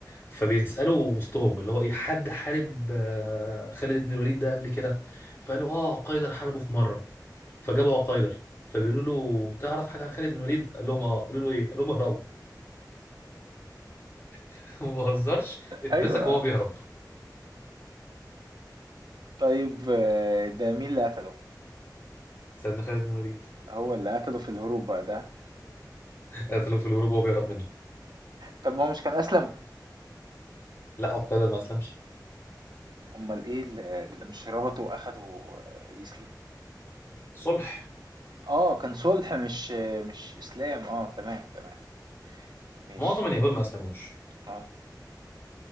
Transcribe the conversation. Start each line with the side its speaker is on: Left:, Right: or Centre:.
Left: فبيسألوا وسطهم اللي هو إيه حد حارب آه، خالد بن الوليد ده قبل كده فقالوا آه قيدر حاربه في مرة فجابوا عقايدر فبيقولوا له تعرف حاجة عن خالد بن الوليد قال لهم آه قالوا له إيه قال لهم اهربوا <laughs> ما بهزرش اتمسك
Right: ايوه
Left: وهو بيهرب
Right: طيب آه، ده مين اللي قتله
Left: سيدنا خالد بن الوليد
Right: هو اللي قتله في الهروب بقى ده
Left: قتلوه في الهروب وهو بيهرب منه
Right: طب ما هو مش كان اسلم
Left: لا عقايدر ما أسلمش
Right: امال ايه اللي اللي مش ربطه واخده آه، يسلم
Left: صلح
Right: اه كان صلح مش آه، مش اسلام اه تمام تمام ماشي
Left: معظم اليهود ما اسلموش
Right: اه